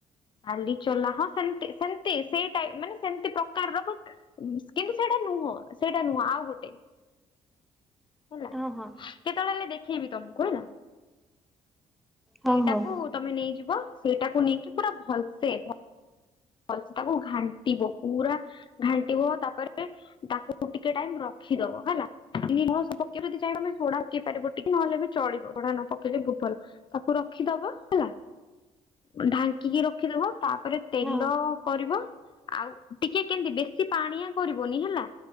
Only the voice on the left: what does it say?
ଡାଲି ଚଲା ହଁ ସେମତି ସେମତି ସେଇଟାଇ ମାନେ ସେମତି ପ୍ରକାରର ବ କିନ୍ତୁ ସେଇଟା ନୁହଁ ସେଇଟା ନୁହଁ ଆଉ ଗୋଟେ। ହେଲା
କେତେବେଳେ
ହେଲେ ଦେଖେଇବି ତମକୁ ହେଲା।
ସେଇଟାକୁ
ତମେ ନେଇଯିବ ସେଇଟାକୁ ନେଇକି ପୁରା ଭଲସେ ଭଲସ ତାକୁ ଘାଣ୍ଟିବ ପୁରା ଘାଣ୍ଟିବ ତାପରେ ତାକୁ କୁ ଟିକେ ଟାଇମ ରଖିଦବ ହେଲା। ଦିନି ନୁହଁ ଶୋ ପକେଇ ଦି ଚାହିବ ତମେ ସୋଢା ପକେଇ ପାରିବ ଟିକେ ନହେଲେ ବି ଚଳିବ ସୋଢା ନ ପକେଇଲେ ବହୁତ ଭଲ। ତାକୁ ରଖିଦବ ହେଲା ଢାଙ୍କିକି ରଖିଦବ ତାପରେ ତେଲ
ଲ କରିବ ଆଉ ଟିକେ କେମିତି ବେଶୀ ପାଣିଆ କରିବନି ହେଲା।